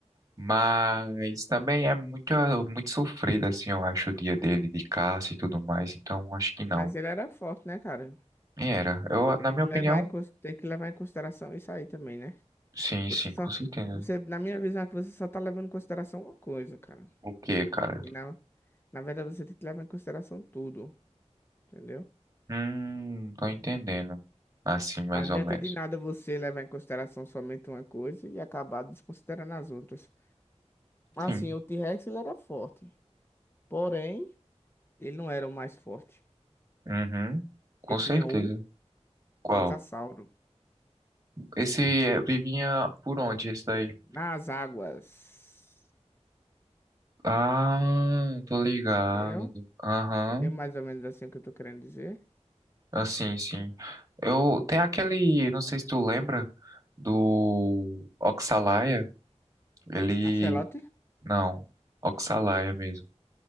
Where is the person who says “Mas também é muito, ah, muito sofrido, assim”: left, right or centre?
Right